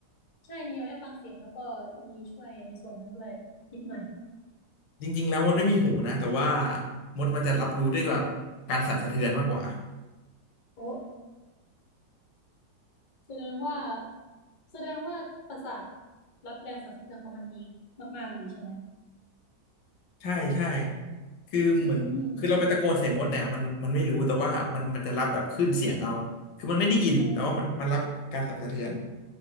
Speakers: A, on the left; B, on the left.
A: ใช่มีเอาไว้ฟังเสียงแล้วก็มีช่วยในส่วนนั้นด้วยนิดหน่อย
B: จริงๆแล้วมดไม่มีหูนะแต่ว่ามดมันจะรับรู้ด้วยแบบการสั่นสะเทือนมากกว่า
A: โอ้แสดงว่าแสดงว่าประสาทรับแรงสั่นสะเทือนของมันดีมากๆเลยใช่ไหม
B: ใช่ใช่คือเหมือนคือเราไปตะโกนใส่มดเนี่ยมันมันไม่รู้แต่ว่ามันมันจะรับแบบขึ้นเสียงเอาคือมันไม่ได้ยินแต่ว่ามันมันรับการสั่นสะเทือน
A: อืมโอ้